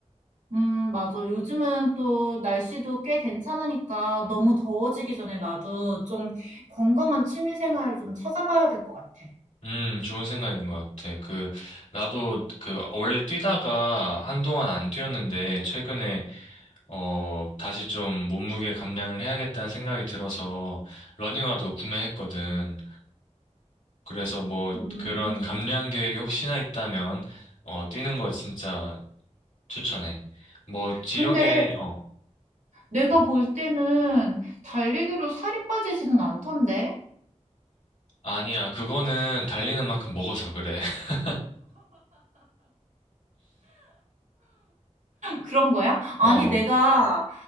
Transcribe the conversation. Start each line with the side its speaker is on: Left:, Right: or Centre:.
Right: 음, 맞아. 요즘은 또 날씨도 꽤 괜찮으니까 너무 더워지기 전에 나도 좀 건강한 취미 생활을 좀 찾아봐야 될 것 같아.
Left: 음, 좋은 생각인 것 같아. 그, 나도 그, 원래 뛰다가 한동안 안 뛰었는데, 최근에, 어, 다시 좀 몸무게 감량을 해야겠다는 생각이 들어서, 러닝화도 구매했거든. 그래서 뭐,
Right: 음.
Left: 그런 감량 계획이 혹시나 있다면, 어, 뛰는 걸 진짜 추천해. 뭐, 지역에,
Right: 근데
Left: 어
Right: 내가 볼 때는 달리기로 살이 빠지지는 않던데?
Left: 아니야, 그거는 달리는 만큼 먹어서 그래. <laughs>
Right: 그런 거야? 아니,
Left: 어,
Right: 내가,
Left: 음,